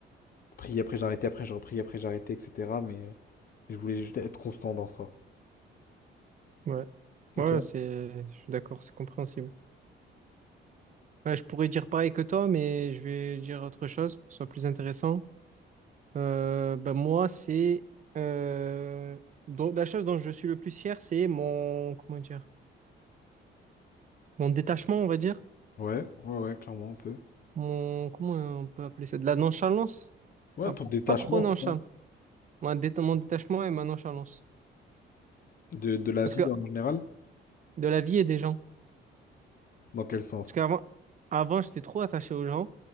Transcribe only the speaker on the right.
ouais.
Ouais,
c'est, je suis d'accord, c'est compréhensible. Ouais, je pourrais dire pareil que toi, mais je vais dire autre chose pour que ce soit plus intéressant. Euh, ben moi, c'est euh, dont- la chose dont je suis le plus fier, c'est mon comment dire, mon détachement, on va dire,
mon comment on peut appeler ça, de la nonchalance,
Enfin,
pas trop nonchalant,
mon dé- mon détachement et ma nonchalance,
parce
que
de la vie et des gens.
Parce qu'avant, avant, j'étais trop attaché aux gens.